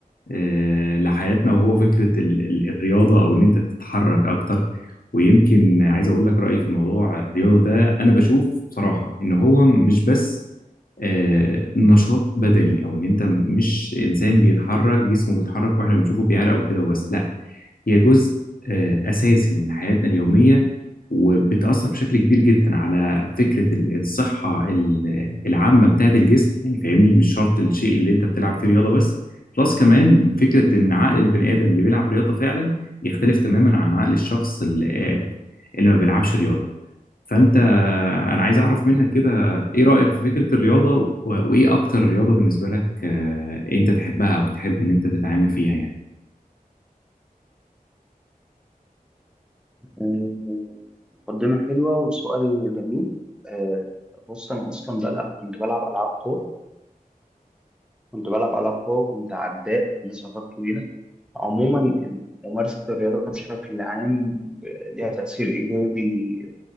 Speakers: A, on the left (about 75°); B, in the centre.
A: آه، لحياتنا وهو فكره ال- ال- الرياضه او ان انت تتحرك اكتر ويمكن عايز اقول لك رايي في الموضوع الرياضه ده انا بشوف بصراحه ان هو مش بس آه، نشاط بدني او ان انت مش انسان بيتحرك جسمه بيتحرك واحنا بنشوفه بيعرق وكده وبس لا هي جزء آه، اساسي من حياتنا اليوميه وبتأثر بشكل كبير جدا على فكرة ال- الصحة ال- العامة بتاعت الجسم يعني فاهمني مش شرط الشيء اللي انت بتلعب فيه رياضة بس بلس كمان فكرة ان عقل البني آدم اللي بيلعب رياضة فعلا يختلف تماما عن عقل الشخص اللي اللي ما بيلعبش رياضة فانت انا عايز اعرف منك كده ايه رأيك في فكرة الرياضة و- وايه اكتر رياضة بالنسبة لك آه، انت تحبها او تحب ان انت تتعامل فيها يعني
B: آه، مقدمه حلوه وسؤال جميل آه، بص انا اصلا بلعب كنت بلعب العاب قوه كنت بلعب العاب قوه وكنت عداء مسافات طويله عموما ال- ممارسه الرياضه بشكل عام آه، ليها تاثير ايجابي